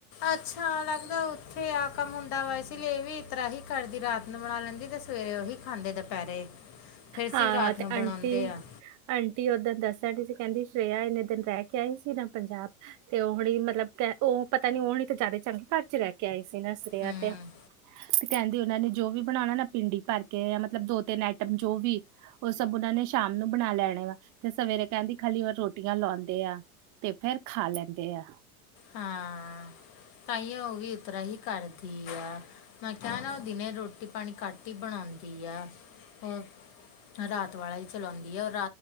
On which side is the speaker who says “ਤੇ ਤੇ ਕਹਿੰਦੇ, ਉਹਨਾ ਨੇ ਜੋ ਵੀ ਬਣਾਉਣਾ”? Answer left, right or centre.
Right